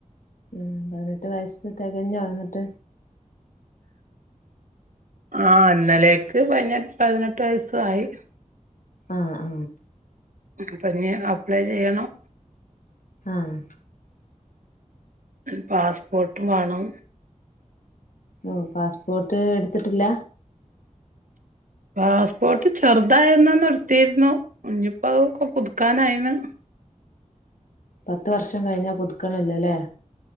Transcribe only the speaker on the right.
ആ ഇന്നലേക്ക് പയിഞ്ഞെ പതിനെട്ട് വയസായി
അപ്പൊഞ്ഞ് അപ്ലൈ ചെയ്യണം
പാസ്പോർട്ട് വാണം
പാസ്പോർട്ട് ചെറുതായിരുന്നന്ന് എടുത്തിരുന്നു ഇഞ്ഞിപ്പോ അതൊക്കെ പുതുക്കാനായിന്ന്